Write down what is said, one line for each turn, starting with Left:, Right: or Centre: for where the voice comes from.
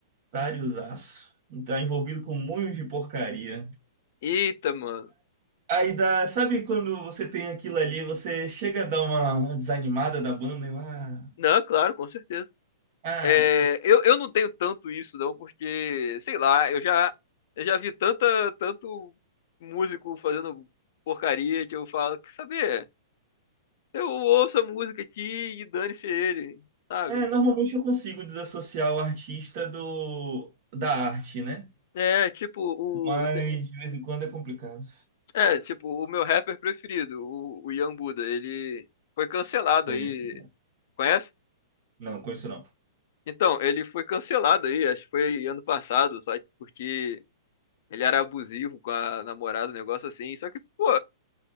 Right: Otáriozaço. Tá envolvido com um monte de porcaria.
Left: Eita, mano.
Right: Aí dá, sabe quando você tem aquilo ali, você chega a dar uma desanimada da banda, e, ah,
Left: Não, claro, com certeza.
Right: ah,
Left: É, eu, eu não tenho tanto isso, não, porque, sei lá, eu já, eu já vi tanta, tanto músico fazendo porcaria que eu falo, quer saber? Eu ouço a música aqui e dane-se ele, sabe?
Right: É, normalmente eu consigo desassociar o artista do da arte, né?
Left: É, tipo, o,
Right: Mas de vez em quando é complicado.
Left: é, tipo, o meu rapper preferido, o, o Ian Buda, ele foi cancelado
Right: Conheço
Left: aí,
Right: não.
Left: conhece?
Right: Não, conheço não.
Left: Então, ele foi cancelado aí, acho que foi ano passado, só que porque ele era abusivo com a namorada, um negócio assim. Só que, pô,